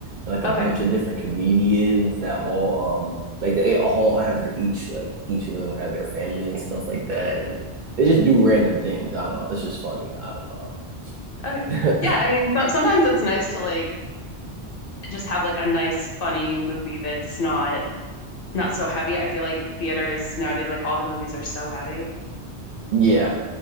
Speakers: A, on the right (about 55°); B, on the left (about 55°).
A: and like a
B: Okay.
A: bunch of different comedians that all um like they all have their each like each of them have their family and stuff like that and they just do random things. I don't know. It's just funny. I don't
B: Okay.
A: know.
B: Yeah,
A: <laughs>
B: I mean th sometimes it's nice to like just have like a nice funny movie that's not not so heavy. I feel like theaters nowadays like all the movies are so heavy.
A: Yeah.